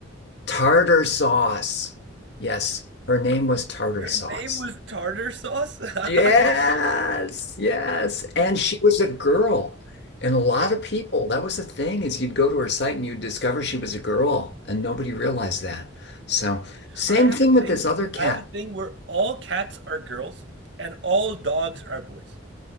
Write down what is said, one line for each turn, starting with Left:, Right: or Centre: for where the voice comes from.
Left: Tartar sauce. Yes, her name was Tartar
Right: Her
Left: Sauce.
Right: name was Tartar Sauce? <laughs>
Left: Yes, yes. And she was a girl. And a lot
Right: Yeah.
Left: of people, that was the thing, is you'd go to her site and you'd discover she was a girl, and nobody realized that. So, same
Right: I have
Left: thing
Right: a thing.
Left: with this other cat.
Right: I have a thing where all cats are girls and all dogs are boys.